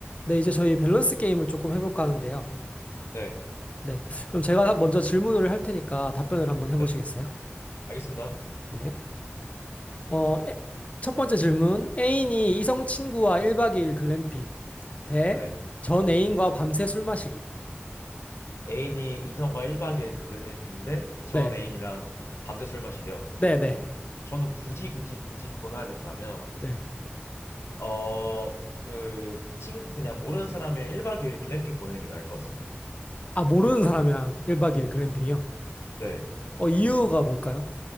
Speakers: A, on the left; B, on the left.
A: 네, 이제 저희 밸런스 게임을 조금 해볼까 하는데요.
B: 네,
A: 네. 그럼 제가 먼저 질문을 할 테니까 답변을 한번 해보시겠어요?
B: 네, 알겠습니다.
A: 네. 어, 에- 첫 번째 질문. 애인이 이성 친구와 1박 2일 글램핑 대
B: 네.
A: 전 애인과 밤새 술 마시기.
B: 애인이 이성과 1박 2일 글램핑인데 전
A: 네.
B: 애인이랑 밤새 술 마시기요.
A: 네, 네.
B: 저는 굳이 굳이 굳이 보내야 된다면
A: 네.
B: 어, 그 친구 그냥 모르는 사람이랑 1박 2일 글램핑 보내는 게 나을 것 같습니다.
A: 아, 모르는 사람이랑 1박 2일 글램핑이요?
B: 네.
A: 어, 이유가 뭘까요?